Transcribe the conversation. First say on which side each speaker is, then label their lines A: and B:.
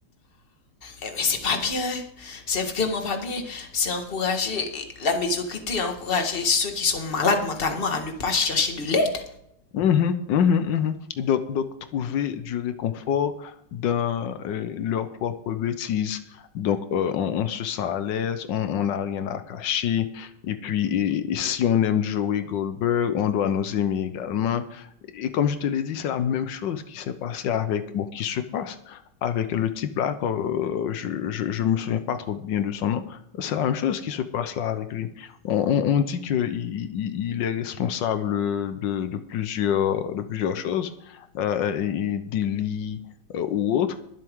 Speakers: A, on the left; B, on the left.
A: Eh, Mais c'est pas bien. hein. C'est vraiment pas bien. C'est encourager la médiocrité, encourager ceux qui sont malades mentalement à ne pas chercher de l'aide.
B: Mhm, mhm, mhm. Et Donc, donc, trouver du réconfort dans euh, leur propre bêtise. Donc, euh, on, on se sent à l'aise, on on n'a rien à cacher. Et puis, et- et si on aime Joey Goldberg, on doit nous aimer également. Et comme je te l'ai dit, c'est la même chose qui s'est passée avec, bon, qui se passe avec le type là, quand, euh, je, je, je me souviens pas trop bien de son nom. C'est la même chose qui se passe là avec lui. On, on- on dit qu'il il il est responsable de, de plusieurs, de plusieurs choses, euh, et- et délits euh, ou autres,